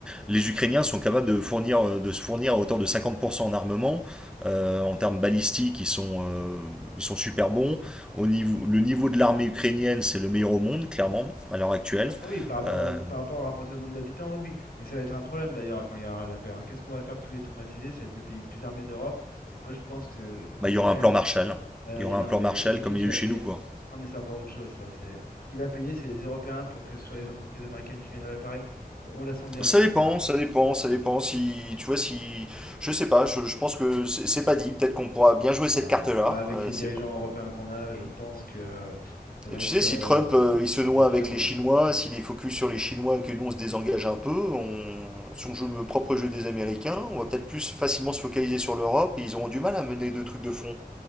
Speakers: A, in the centre; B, on the left (about 75°).
A: les Ukrainiens sont capables de, fournir, euh, de se fournir à hauteur de 50% en armement. Euh, en termes balistiques, ils sont, euh, ils sont super bons. Au niveau, le niveau de l'armée ukrainienne, c'est le meilleur au monde, clairement, à l'heure actuelle.
B: Ah oui, par rapport
A: Euh,
B: au, par rapport à rapporté au nombre d'habitants, oui, oui. Mais ça va être un problème d'ailleurs quand il y aura la paix. hein. Qu'est-ce qu'on va faire de tous les traumatisés? Ça va être le pays le plus armé d'Europe. Moi, je pense qu'il
A: Bah,
B: y
A: il y
B: a
A: aura
B: quand
A: un
B: même
A: plan Marshall.
B: Ouais,
A: Il y aura
B: y- non,
A: un plan
B: mais
A: Marshall
B: et c'est qui
A: comme
B: qui
A: il y a
B: va
A: eu chez
B: payer?
A: nous, quoi.
B: Non, mais c'est encore autre chose, ça. C'est qui va payer, c'est les Européens pour que ce soit les entreprises américaines qui viennent réparer. On, on la sent bien
A: Ça
B: venir
A: dépend,
B: quand même. hein.
A: ça dépend, ça dépend. Si tu vois, si je sais pas, je, je pense que c'est c'est pas dit. Peut-être qu'on pourra bien jouer
B: Ouais.
A: cette carte-là.
B: Bah, avec
A: euh,
B: les dirigeants
A: c'est pas.
B: européens qu'on a, je pense que ça va
A: Et tu
B: être,
A: sais, si
B: euh,
A: Trump euh, il se noie
B: ça va être
A: avec
B: très mauvais.
A: les Chinois,
B: hein.
A: s'il est focus sur les Chinois et que nous on se désengage un peu, on... si on joue le propre jeu des Américains, on va peut-être plus facilement se focaliser sur l'Europe. et Ils auront du mal à mener deux trucs de fond.